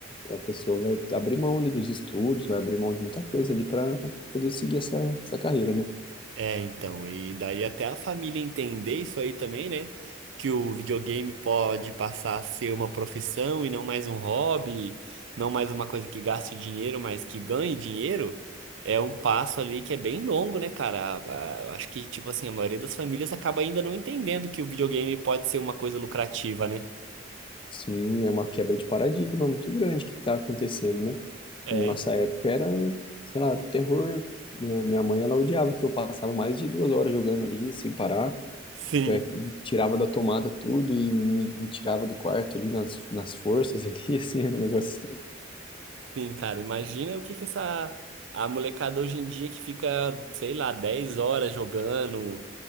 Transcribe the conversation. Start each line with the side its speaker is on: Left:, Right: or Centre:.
Left: a pessoa vai abrir mão ali dos estudos, vai abrir mão de muita coisa ali para poder seguir essa, essa carreira, né?
Right: É, então, e daí até a família entender isso aí também, né? Que o videogame pode passar a ser uma profissão e não mais um hobby, não mais uma coisa que gaste dinheiro, mas que ganhe dinheiro, é um passo ali que é bem longo, né, cara? A- a- Acho que, tipo assim, a maioria das famílias acaba ainda não entendendo que o videogame pode ser uma coisa lucrativa, né?
Left: Sim, é uma quebra de paradigma muito grande que está acontecendo, né?
Right: É,
Left: Na nossa época era, sei lá, era o terror. Minha minha mãe, ela odiava que eu passava mais de duas horas jogando ali sem parar.
Right: Sim.
Left: Já me tirava da tomada tudo e me, me tirava do quarto ali nas, nas forças ali, <laughs> assim, é um negócio... estranho.
Right: Sim, cara, imagina o que que essa a molecada hoje em dia que fica, sei lá, 10 horas jogando,